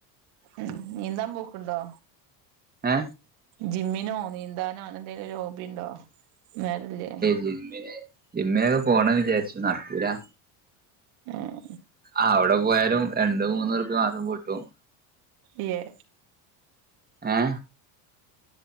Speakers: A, on the right (about 70°); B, on the right (about 20°).
A: ഉം നീന്താമ്പോക്ക്ണ്ടോ
B: ഏ
A: ജിമ്മിനോ നീന്താനോ എന്തെലൊര് ഹോബി ഉണ്ടോ വേറെന്തേ
B: ജിമ്മിന് ജിമ്മിനക്കെ പോണന്ന് വിജാര്ച്ചു നടക്കൂലാ
A: ഏഹ്
B: അവ്ടെ പോയാലും രണ്ടു മൂന്നൂർപ്യ മാസം പൊട്ടും
A: ഏ
B: ഏ